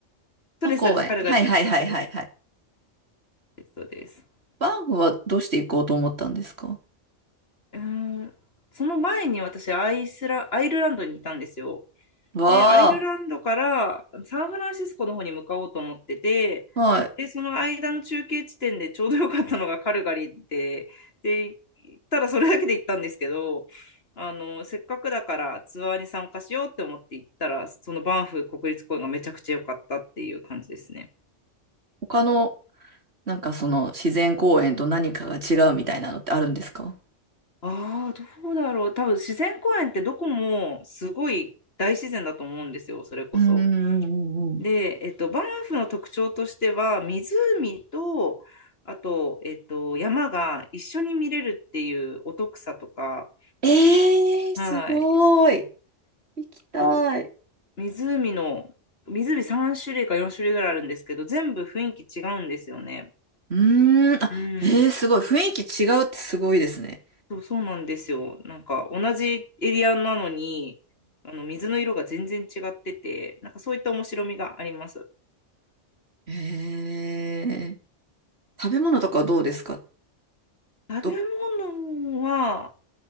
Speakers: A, on the left; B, on the right.
A: そうです、
B: の公園。
A: そうです。カルガリーの近くです。
B: はいはいはいはいはい。
A: そうです。
B: バンフはどうして行こうと思ったんですか
A: うーん、その前に私、アイスラ、アイルランドにいたんですよ。
B: わ
A: で、アイルランドからサンフランシスコの方に向かおうと思ってて、
B: あ、はい。
A: で、その間の中継地点でちょうどよかったのがカルガリーで、で、行ったらそれだけで行ったんですけど、あの、せっかくだからツアーに参加しようって思って行ったら、そのバンフ国立公園がめちゃくちゃ良かったっていう感じですね。
B: 他の、なんかその自然公園と何かが違うみたいなのってあるんですか
A: ああ、どうだろう。多分自然公園ってどこもすごい大自然だと思うんですよ、それこそ。
B: うんうんうんうん。
A: で、えっと、バンフの特徴としては、湖と、あと、えっと、山が一緒に見れるっていうお得さとか、
B: ええー、
A: はい。
B: すごい。行きたい。
A: そう湖の、湖3種類か4種類ぐらいあるんですけど、全部雰囲気違うんですよね。
B: うーん、あ、
A: うん。
B: ええー、すごい。雰囲気違うってすごいですね。
A: そう、そうなんですよ。なんか、同じエリアなのに、あの、水の色が全然違ってて、なんかそういった面白みがあります。
B: えー、食べ物とかどうですか
A: 食べ
B: ど、
A: 物は、